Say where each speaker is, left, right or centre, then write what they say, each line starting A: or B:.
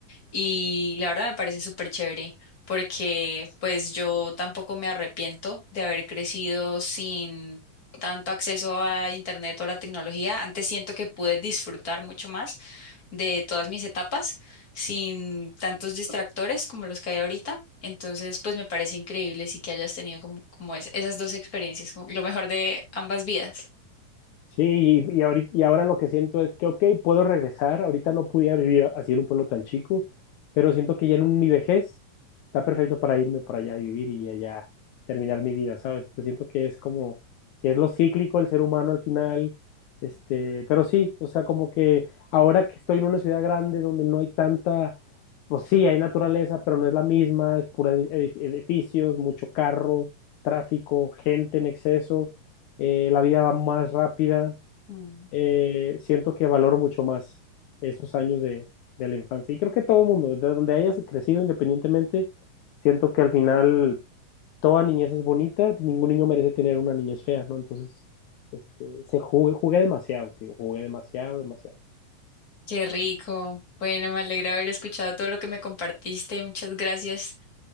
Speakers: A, on the left; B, on the left.
A: Y la verdad me parece súper chévere porque pues yo tampoco me arrepiento de haber crecido sin tanto acceso a internet o a la tecnología. Antes siento que pude disfrutar mucho más de todas mis etapas sin tantos distractores como los que hay ahorita. Entonces, pues me parece increíble sí que hayas tenido como, como es- esas dos experiencias, como lo mejor de ambas vidas.
B: Sí, y, y ahorita, y ahora lo que siento es que, ok, puedo regresar, ahorita no pudiera vivir así en un pueblo tan chico, pero siento que ya en un- mi vejez está perfecto para irme por allá y vivir y allá terminar mi vida, ¿sabes? Entonces siento que es como, que es lo cíclico el ser humano al final, este, pero sí, o sea, como que ahora que estoy en una ciudad grande donde no hay tanta, pues sí, hay naturaleza, pero no es la misma, es pura edif- edificios, mucho carro, tráfico, gente en exceso eh, la vida va más rápida,
A: Mm,
B: eh, siento que valoro mucho más esos años de, de la infancia. Y creo que todo mundo, de donde hayas crecido independientemente, siento que al final toda niñez es bonita, ningún niño merece tener una niñez fea, ¿no? Entonces, este, se jugué, jugué demasiado, digo, jugué demasiado, demasiado.
A: qué rico. Bueno, me alegra haber escuchado todo lo que me compartiste. Muchas gracias.